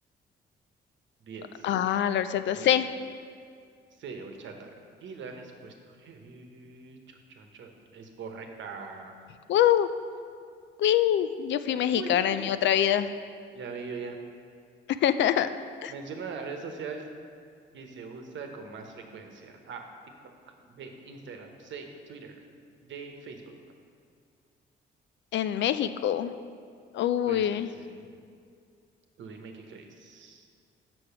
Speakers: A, on the right; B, on the left.
A: 10,
B: Ah, la horchata
A: 9,
B: sí.
A: C, horchata. Y la respuesta eh, chon, chon, chon, es correcta.
B: ¡Uh! ¡Uy! Yo fui mexicana
A: Uy,
B: en mi otra vida.
A: ya vi, yo
B: <laughs>
A: Menciona la red social que se usa con más frecuencia. A, TikTok. B, Instagram. C, Twitter. D, Facebook.
B: En México. Uy.
A: Pues no sé. Tú dime qué crees.